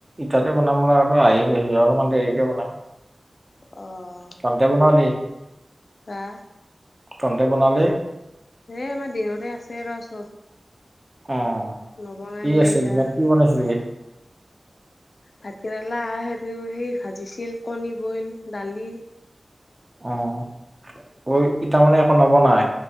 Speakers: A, on the right (about 20°); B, on the left (about 70°).
A: ইতাতে বনাম ৰ আহি গ অলমান দেৰিকে বনাম।
B: অ'
A: কনতে বনাও দি।
B: বাহঃ
A: তন্তে বনালি।
B: এই আমাৰ দিনৰে আছে ৰ চব।
A: উম।
B: নবনাই
A: কি
B: বোলে
A: আছে
B: ইতা
A: দিনত
B: আৰু
A: কি বনাইছিলি
B: মাই। ভাতকেৰেলা আ হেৰি সেই ভাজিছিল কণী বইল দালি।
A: অ' ঐ ইতা মানে একো নবনাই।